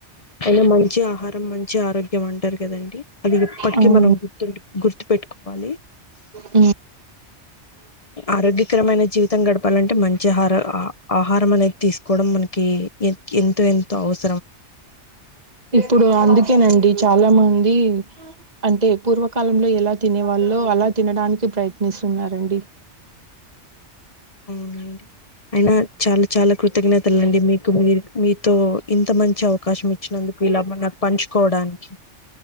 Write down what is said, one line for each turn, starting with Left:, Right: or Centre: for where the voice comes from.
Left: అనా మంచిగా ఆహారం మంచి ఆరోగ్య మంటారు కదండి అది ఎప్పటికీ
Right: అవునండి
Left: మనం గుర్తు గుర్తు పెట్టుకోవాలి
Right: హ్మ్.
Left: ఆరోగ్యకరమైన జీవితం గడపాలంటే మంచి హార ఆ హా ఆహారం అనేది తీసుకోవడం మనకి ఎంతో ఎంతో అవస
Right: ఇప్పుడు అందుకేనండి చాలా మంది అంటే పూర్వకాలంలో ఎలా తినే వాళ్ళ అలా తినడానికి ప్రయత్నిస్తున్నారండి
Left: అవునండి అయినా చాలా చాలా కృతజ్ఞతలు అండి మీకు మీ మీతో ఇంత మంచి అవకాశం ఇచ్చినందుకు ఇలా మనకు పంచుకోవడానికి